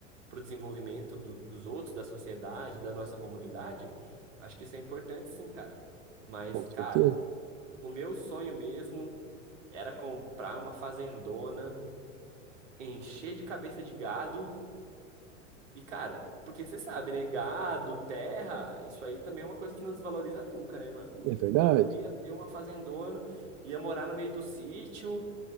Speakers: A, on the right; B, on the right.
A: pro desenvolvimento do- dos outros, da sociedade, da nossa comunidade. Acho que isso é importante sim, cara. Mas,
B: com certeza,
A: cara, o meu sonho mesmo era comprar uma fazendona, encher de cabeça de gado. E, cara, porque você sabe, né? Gado, terra, isso aí também é uma coisa que não desvaloriza nunca, né, mano?
B: é verdade.
A: Então eu ia ter uma fazendona, ia morar no meio do sítio,